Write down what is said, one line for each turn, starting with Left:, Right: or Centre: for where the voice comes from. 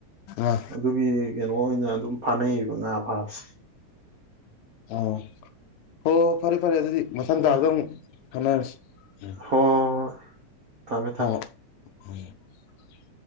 Left: ꯑꯥ
Right: ꯑꯗꯨꯒꯤ ꯀꯩꯅꯣ ꯑꯣꯏꯅ ꯑꯗꯨꯝ ꯐꯥꯅꯩꯌꯦꯕ ꯉꯥ ꯐꯥꯕꯁꯦ
Left: ꯑ ꯍꯣ ꯐꯔꯦ ꯐꯔꯦ ꯑꯗꯨꯗꯤ ꯃꯊꯪ
Right: ꯍꯣꯏ
Left: ꯇꯥꯗ ꯑꯃꯨꯛ ꯈꯅꯔꯁꯦ ꯎꯝ
Right: ꯍꯣꯏ ꯊꯝꯃꯦ ꯊꯝꯃꯦ
Left: ꯍꯣꯏ ꯍꯣꯏ ꯎꯝ <unintelligible>